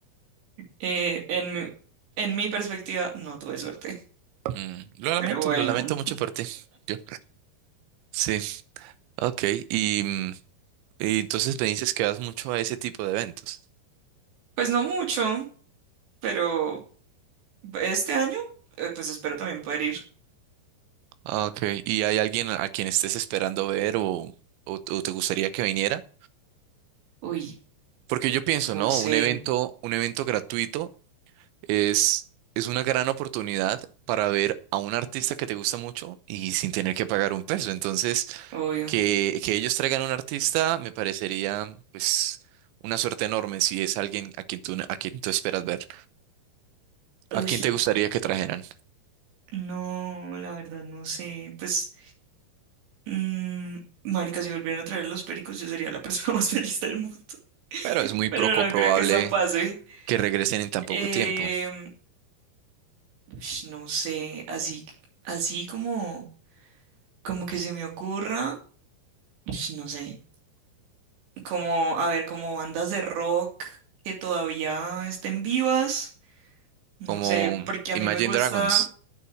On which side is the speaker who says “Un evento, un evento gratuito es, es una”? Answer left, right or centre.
Right